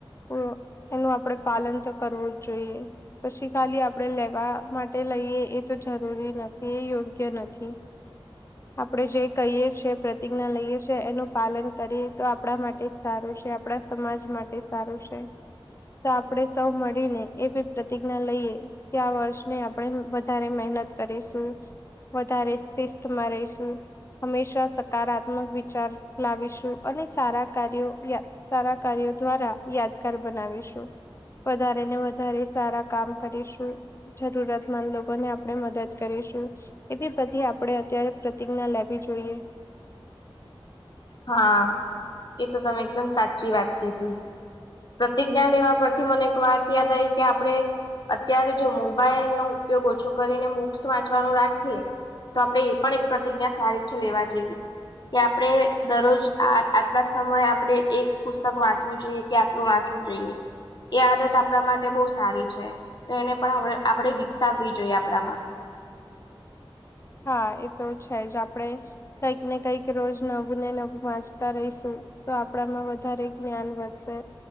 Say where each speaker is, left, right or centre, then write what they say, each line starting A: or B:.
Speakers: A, on the left; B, on the left.
A: તો એનું આપડે પાલન તો કરવું જ જોઈએ. પછી ખાલી આપડે લેવા માટે લઈએ એતો જરૂરી નથી, એ યોગ્ય નથી. આપડે જે કહીએ છે પ્રતિજ્ઞા લઈએ છે, એનું પાલન કરીએ તો આપડા માટે જ સારું છે. આપડા સમાજ માટે સારું છે. તો આપડે સૌ મળીને એવી પ્રતિજ્ઞા લઈએ ત્યા વર્ષને આપડે વધારે મહેનત કરીશું. વધારે શિસ્તમાં રહીશું. હંમેશા સકારાત્મક વિચાર લાવીશું અને સારા કાર્યો <unintelligible> સારા કાર્યો દ્વારા યાદગાર બનાવીશું વધારે ને વધારે સારા કામ કરીશું જરૂરિયાતમંદ લોકોને આપણે મદદ કરીશું. એવી બધી આપણે અત્યારે પ્રતિજ્ઞના લાવી જોઈએ.
B: હા, એ તો તમે એકદમ સાચી વાત કીધી. પ્રતિજ્ઞા લેવા પરથી મને એક વાત યાદ આવી કે આપણે અત્યારે જો મોબાઈલનો ઉપયોગ ઓછો કરીને બુક્સ વાંચવાનું રાખીએ તો આપણે એ પણ એક પ્રતિજ્ઞા સારી છે, લેવા જેવી. કે આપણે દરરોજ આ આટલા સમયે આપણે એક પુસ્તક વાંચવું જોઈએ. કે આટલું વાંચવું જોઈએ. એ આદત આપણા માટે બહુ સારી છે તો એને પણ આપણે વિકસાવવી જોઈએ આપણામાં.
A: હા એ તો છે જ આપણેે કઈક ને કંઈક રોજ નવું ને નવું વાંચતા રહીશું. તો આપણામાં વધારે જ્ઞાન વધશે.